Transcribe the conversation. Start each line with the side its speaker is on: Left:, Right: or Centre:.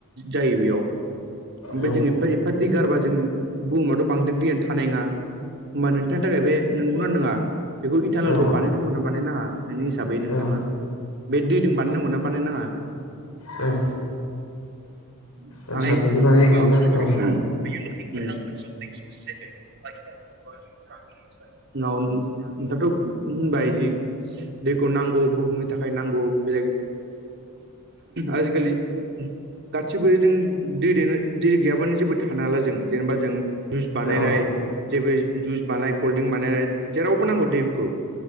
Right: जायो बेयाव ओमफ्राय
Left: औ
Right: जों एफा एफा दै गारबा जों बुहुमावाथ' बांद्राय दैयानो थानाय नङा। होमबा नोंथांनि थाखाय बे नंगौना नङा बेखौ इटानेलखौ
Left: औ
Right: बानायनांगौना बानायनाङा। नोंनि हिसाबै नोंथाङा
Left: औ
Right: बे दैजों बानायनांगौ ना बानायनाङा
Left: औ
Right: होनानै
Left: आदसा बिनि बागै
Right: उम
Left: होनदोंना औ
Right: <unintelligible> उम। नावनि नोंस्राथ' बायजि <unintelligible> दैखौ नांगौ बुहुमनि थाखाय नांगौ बे आजिखालि सेपटि गासिबो जों दै दनो दै गैयाबानो जेबो थानो हाला जों जेनेबा जों जुइस बानायनाय
Left: औ
Right: जेबो जुइस बानायनाय कल्ड्रिंक बानायनाय जेरावबो नांगौ दैखौ